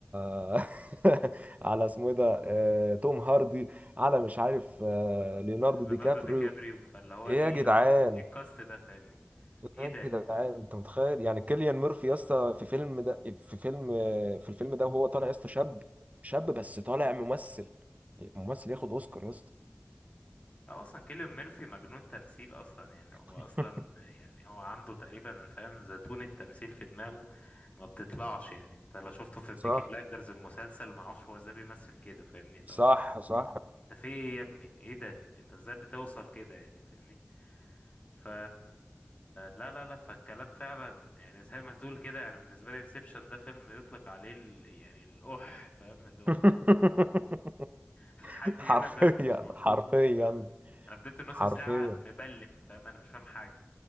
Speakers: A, on the right (about 35°); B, on the left (about 35°).
A: <laughs> على اسمه ايه ده آه... توم هاردي على مش عارف آه...
B: <laughs>
A: ليوناردو
B: ليوناردو
A: دي كابريو
B: دي كابريو فاللي هو
A: ايه
B: ايه
A: يا جدعان
B: يا عم ممثل- ايه الكاست ده فاهمني ايه
A: ايه
B: ده
A: يا جدعان انت متخيل يعني كيليان ميرفي يا اسطى في فيلم ده في فيلم في الفيلم ده وهو طالع يا اسطى شاب شاب بس طالع ممثل ممثل ياخد اوسكار يا اسطى
B: هو اصلا كيليان ميرفي مجنون تمثيل اصلا يعني هو
A: <laughs>
B: اصلا يعني هو عنده تقريبا فاهم زيتون التمثيل في دماغه ما بتطلعش يعني انت لو شفته في بيكي
A: صح
B: بلايندرز المسلسل ما اعرفش هو ازاي بيمثل كده فاهمني لو
A: صح
B: انت
A: صح
B: انت في ايه يا ابني ايه ده انت ازاي بتوصل كده يعني فاهمني ف لا لا لا فالكلام فعلا يعني زي ما تقول كده يعني بالنسبه لي انسبشن ده فيلم يطلق عليه ال... يعني الاح فاهم اللي هو
A: <laughs>
B: <laughs> حاجه
A: حرفيا
B: كده فاهم مش مفهومه
A: حرفيا
B: فاهم انا فضلت نص
A: حرفيا
B: ساعه مبلم فاهم انا مش فاهم حاجه